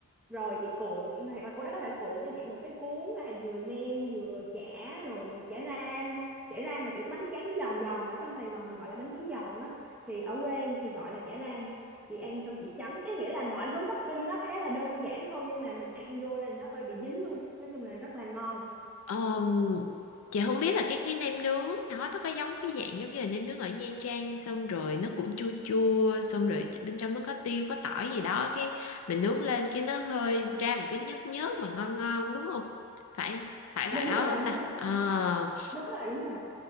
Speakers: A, in the centre; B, on the left.
A: rồi chị cuộn thì cô đó có thể cuộn cho chị một cái cuốn là vừa nem vừa chả rồi chả ram chả ram là kiểu cái bánh tráng giòn giòn ở trong Sài Gòn mình gọi là bánh tráng giòn á thì ở quê em thì gọi là chả ram chị ăn xong chị chấm cái nghĩa là mọi thứ topping nó khá là đơn giản thôi nhưng mà mình ăn vô là nó hơi bị dính luôn nói chung là rất là ngon
B: Ờm, chị không biết là cái cái nem nướng nó nó có giống cái dạng giống như là nem nướng ở Nha Trang xong rồi nó cũng chua chua xong rồi bên trong nó có tiêu có tỏi gì đó cái mình nướng lên cái nó hơi ra một cái nhớt nhớt mà ngon ngon đúng không phải phải là
A: đúng
B: đó
A: rồi
B: không
A: đúng
B: ta
A: rồi
B: Ờ,
A: đúng rồi đúng rồi